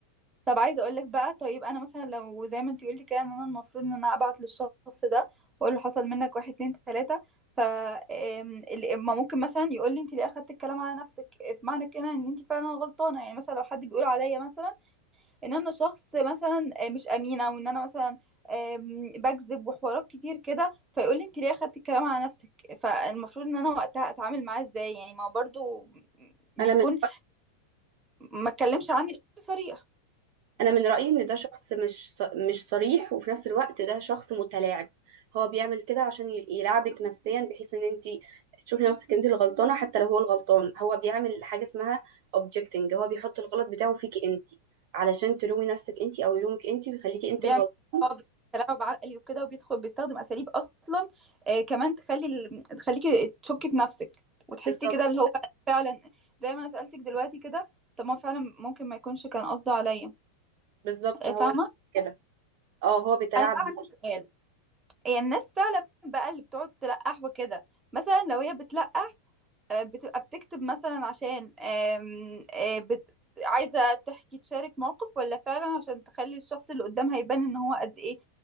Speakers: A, on the right; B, on the right.
A: طب عايزه اقول لك بقى طيب انا مثلا لو زي ما انت قلتي كده ان انا المفروض ان انا ابعت للشخص ده واقول له حصل منك واحد اتنين تلاته ف آم، ال- ما ممكن مثلا يقول لي انت ليه اخدت الكلام على نفسك بمعنى كده ان انت فعلا غلطانه يعني مثلا لو حد بيقول عليا مثلا ان انا شخص مثلا آه، مش امينه وان انا مثلا آم، بكذب وحوارات كتير كده فيقول لي انت ليه اخدت الكلام على نفسك فالمفروض ان انا وقتها اتعامل معاه ازاي يعني ما هو برضو بيكون
B: انا من
A: ما اتكلمش عني بشكل صريح
B: انا من رايي ان ده شخص مش ص- مش صريح وفي نفس الوقت ده شخص متلاعب هو بيعمل كده عشان ي- يلعبك نفسيا بحيث ان انت تشوفي نفسك انت الغلطانه حتى لو هو الغلطان هو بيعمل حاجه اسمها objecting هو بيحط الغلط بتاعه فيكي انت علشان تلومي نفسك انت او يلومك انت ويخليكي انت
A: بيعمل
B: الغلطان
A: اه تلاعب عقلي وكده وبيدخل بيستخدم اساليب اصلا آه كمان تخلي ال... تخليكي تشكي في نفسك وتحسي
B: بالظبط
A: كده اللي هو فعلا زي ما انا سالتك دلوقتي كده طب ما فعلا ممكن ما يكونش كان قصده عليا
B: بالظبط
A: آه
B: هو
A: فاهمه
B: كده اه هو بيتلاعب
A: انا بقى
B: بيكي.
A: عندي سؤال هي الناس فعلا بقى اللي بتقعد تلقح وكده مثلا لو هي بتلقح آه، بتبقى بتكتب مثلا عشان آم، آه، بت... عايزة تحكي تشارك موقف ولا فعلا عشان تخلي الشخص اللي قدامها يبان ان هو قد ايه